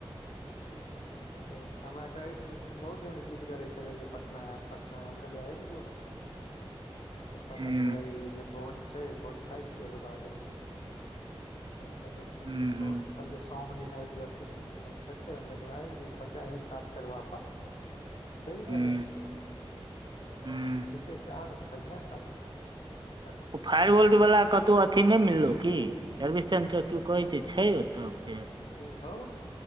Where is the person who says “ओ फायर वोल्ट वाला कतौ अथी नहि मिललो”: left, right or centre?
Right